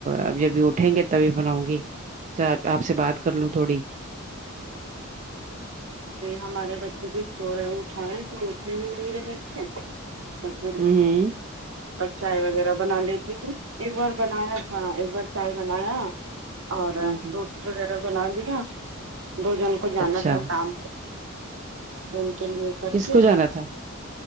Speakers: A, on the right (about 35°); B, on the right (about 65°).
A: اب جب ہی اٹھیں گے تب ہی بناؤں گی <unintelligible> اپ سے بات کر لوں تھوڑی
B: ہمارے بچے بھی سو رہے ہیں اٹھائے تو اٹھے نہیں رہیں کوئی بھی اور پھر
A: ہوں ہوں
B: چائے وغیرہ بنا لیتی ہوں ایک بار بنایا تھا ایک بار چائے بنایا اور
A: ہوں ہوں
B: روٹی وغیرہ بنا لیا دو جن کو جانا
A: اچھا
B: تھا کام تو ان کے لیے کر
A: کس
B: کے
A: کو جانا تھا